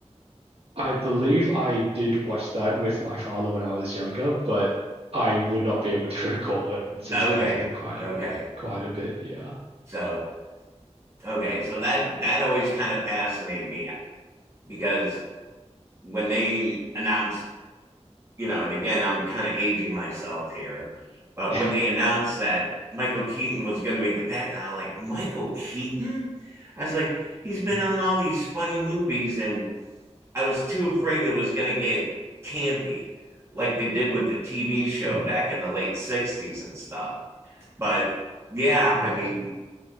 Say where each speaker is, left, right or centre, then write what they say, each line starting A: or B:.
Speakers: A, on the right; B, on the right.
A: I believe I did watch that with my father when I was younger, but I would not be able to <laughs> recall it since
B: Okay.
A: it has been quite
B: Okay.
A: a quite a bit. Yeah.
B: So, okay. So that, that always kind of fascinated me because when they announced, you know, and again, I'm kind of aging myself here, but
A: Yeah.
B: when they announced that Michael Keaton was going to be the Batman, I'm like, Michael Keaton? I was like, he's been
A: <laughs>
B: on all these funny movies and I was too afraid it was going to get campy, like they did with the TV show
A: Mm,
B: back
A: mm,
B: in the late '60s and stuff. But yeah,
A: right.
B: I mean,